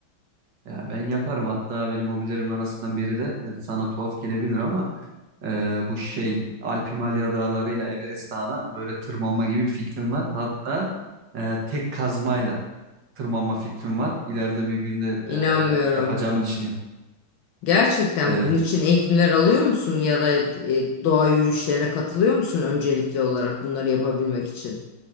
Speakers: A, on the right; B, on the left.
A: Ya ben yaparım. Hatta benim hobilerim arasından biri de e, sana tuhaf gelebilir ama e, bu şey Alp Himalaya dağlarıyla Everest Dağı'na böyle tırmanma gibi bir fikrim var. Hatta e, tek kazmayla tırmanma fikrim var. İleride bir günde
B: İnanmıyorum.
A: e, yapacağımı düşünüyorum.
B: Gerçekten
A: Evet.
B: bunun için eğitimler alıyor musun ya da e, doğa yürüyüşlerine katılıyor musun öncelikli olarak bunları yapabilmek için?